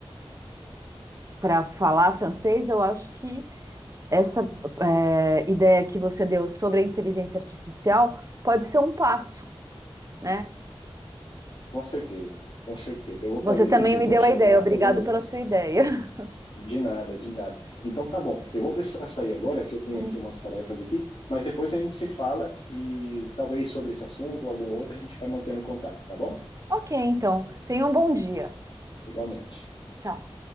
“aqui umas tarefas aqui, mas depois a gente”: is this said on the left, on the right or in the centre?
Left